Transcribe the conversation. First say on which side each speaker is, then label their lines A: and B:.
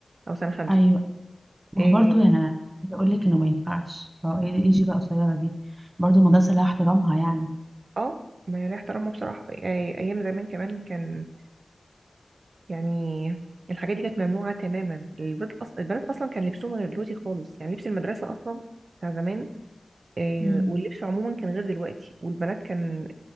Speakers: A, on the right; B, on the right.
A: او سنه خمسه
B: أيوه ما
A: إيه،
B: هو برضه يعني انا عايزه اقول لك انه ما ينفعش هو ايه إيه يجي بقى قصيره دي برضه المدرسه لها احترامها يعني
A: اه ما ليه احترامه بصراحه إيه، ايام زمان كمان كان يعني الحاجات دي كانت ممنوعه تماما البنات اصلا البنات اصلا كان لبسهم غير دلوقتي خالص يعني لبس المدرسه اصلا بتاع زمان إيه،
B: امم
A: واللبس عموما كان غير دلوقتي والبنات كان